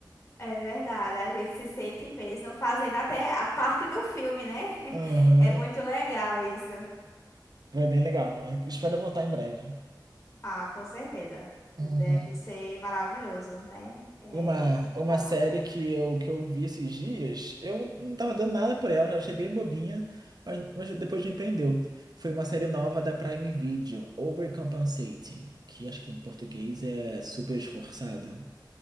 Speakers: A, on the left; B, on the right.
A: é verdade. A gente se sente mesmo fazendo até a parte do filme, né? <laughs>
B: Aham.
A: É muito legal isso.
B: Foi bem legal. Espero voltar em breve.
A: Ah, com certeza.
B: Uhum.
A: Deve ser maravilhoso, né? É,
B: Uma, uma
A: vai
B: série
A: lá.
B: que eu, que eu vi esses dias, eu não tava dando nada por ela, eu achei bem bobinha, mas, mas depois me prendeu. Foi uma série nova da Prime Video, Overcompensating, que acho que em português é super esforçado.